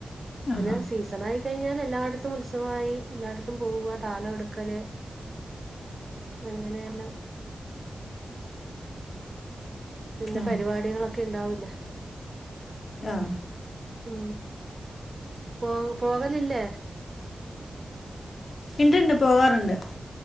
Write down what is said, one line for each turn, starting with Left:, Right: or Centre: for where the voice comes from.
Left: ആ
Right: പിന്നെ
Left: ഹാ
Right: സീസൺ ആയി കഴിഞ്ഞാൽ എല്ലായിടത്തും ഉത്സവായി എല്ലായിടത്തും പോവുക താലം എടുക്കല് അങ്ങനെയല്ലാം പിന്നെ
Left: ആ
Right: പരിപാടികളൊക്കെ ഇണ്ടാവില്ല
Left: ആഹ്
Right: മ് പോ പോകലില്ലേ
Left: ഇണ്ട് ഇണ്ട് പോകാറുണ്ട്